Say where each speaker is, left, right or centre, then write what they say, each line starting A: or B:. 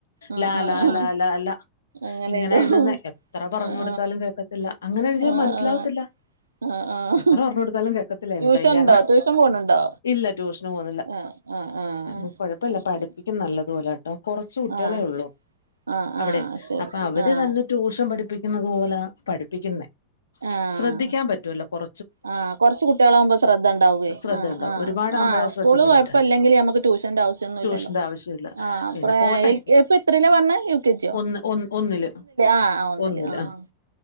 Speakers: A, on the right; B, on the left.
A: ആഹ്
B: ലാ
A: ആഹ്
B: ലാ
A: ആഹ്
B: ലാ ലാ ലാ
A: അങ്ങനെ
B: ഇങ്ങനെ
A: ഇതോ
B: എഴുതുന്നേ എത്ര പറഞ്ഞു
A: ആഹ്
B: കൊടുത്താലും കേക്കത്തില്ല ല്ല അങ്ങനെ എഴുതിയാൽ
A: ആഹ്
B: മനസ്സിലാവത്തില്ല
A: ആഹ് ആഹ് ആഹ് ആഹ്
B: എത്ര പറഞ്ഞു കൊടുത്താലും കേക്കത്തില്ല
A: ട്യൂഷൻ
B: എന്താ ചെയ്യാനാ
A: ഉണ്ടോ ട്യൂഷൻ പോണുണ്ടോ
B: ഇല്ല ട്യൂഷന് പോവുന്നില്ല
A: ആഹ് ആഹ് ആഹ്
B: അത് കൊഴപ്പില്ല
A: അത്
B: പഠിപ്പിക്കും
A: ശരി
B: നല്ലതു പോലെട്ടോ കുറച്ചു കുട്ടികളെ
A: ആഹ്
B: ഉള്ളു
A: ആഹ്
B: അവിടെ
A: ആഹ് ശരി
B: അപ്പൊ അവര്
A: ആഹ്
B: തന്നിട്ട് ട്യൂഷൻ പഠിപ്പിക്കുന്നതു പോലാ പഠിപ്പിക്കുന്നെ
A: ആഹ്
B: ശ്രദ്ധിക്കാൻ പറ്റൂവല്ലോ കുറ
A: ആഹ് കുറച്ച് കുട്ടികളാകുമ്പോ ശ്രദ്ധ ഉണ്ടാവുകേ
B: ശ്രദ്ധയുണ്ടാവും
A: ആഹ്
B: ഒരുപാടാകുമ്പോഴാ
A: ആഹ് സ്കൂൾ
B: ശ്രദ്ധിക്കാൻ
A: കുഴപ്പം
B: പറ്റാ
A: ഇല്ലെങ്കിൽ നമുക്ക് ടൂഷന്റെ ആവശ്യം <unintelligible> ഒന്നൂല്ലല്ലോ
B: ട്യൂഷന്റെ ആവശ്യമില്ല
A: ആഹ്
B: പിന്നെ
A: ഇപ്പ്രേ <unintelligible>
B: പോട്ടെ
A: ഇപ്പ എത്രയിലാന്നാ പറഞ്ഞെ കെ ജിയോ
B: ഒന്ന് ഒന്ന് ഒന്നില്
A: ആഹ്
B: ഒന്നില്
A: ആഹ് ആഹ്